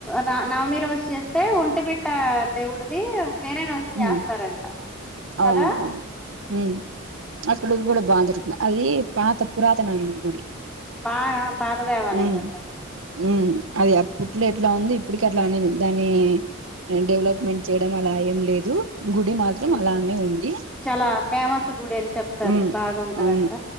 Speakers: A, in the centre; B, on the right.
A: న నవమి రోజు చేస్తే ఒంటిమిట్ మిట్ట దేవుడిది వేరే రోజున చేస్తారంట
B: ఉమ్, అవునవును
A: కదా
B: ఉ అక్కడ కూడా బాగా దొరుగుతది అది పాత పురాతన గుడి
A: బాగా పాత దేవాలయం
B: ఉమ్
A: అంట అది
B: ఉమ్ అది అప్పట్లో ఎట్లా ఉంది. ఇప్పటికి అట్లా ఉండింది దానీ డెవలప్మెంట్ చేయడం అలా ఏం లేదు. గుడి మాత్రం
A: లేదా
B: అలానే ఉంది.
A: చాలా ఫేమస్ గుడి అని చెప్తారు
B: ఉమ్
A: బాగుంటదంట
B: అవును